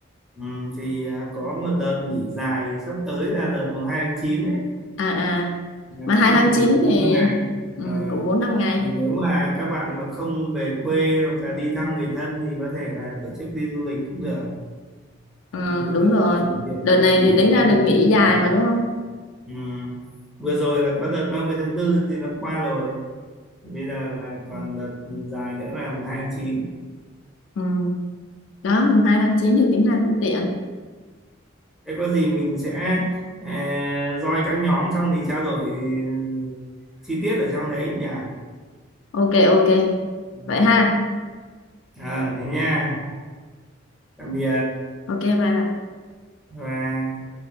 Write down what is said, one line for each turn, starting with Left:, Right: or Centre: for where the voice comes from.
Centre: ừm, thì à, có một đợt nghỉ dài sắp tới là đợt mùng 2 tháng 9 đấy
Left: à à
Centre: là
Left: mà
Centre: cũng
Left: 2
Centre: được
Left: tháng
Centre: nghỉ
Left: 9
Centre: đến
Left: thì
Centre: năm ngày
Left: ừ,
Centre: Ờ,
Left: cũng 4 5 ngày
Centre: thì nếu mà các bạn mà không về quê hoặc là đi thăm người thân thì có thể là tổ chức đi du lịch cũng được
Left: ừ,
Centre: thì
Left: đúng
Centre: đỡ
Left: rồi
Centre: phải nghỉ việc
Left: đợt
Centre: nghỉ
Left: này thì tính
Centre: công
Left: ra được
Centre: việc nhiều
Left: nghỉ dài
Centre: quá
Left: mà đúng không
Centre: ừ. vừa rồi là có đợt 30 tháng tư thì nó qua rồi bây giờ là còn đợt dài nữa là mùng 2 tháng 9
Left: ừ. đó mùng 2 tháng 9 thì tính ra cũng tiện
Centre: thế có gì mình sẽ uh, join các nhóm xong thì trao đổi ừ, chi tiết ở trong đấy nhỉ
Left: ok ok
Centre: ừ.
Left: vậy ha
Centre: à, thế nha tạm biệt
Left: ok bye bye
Centre: và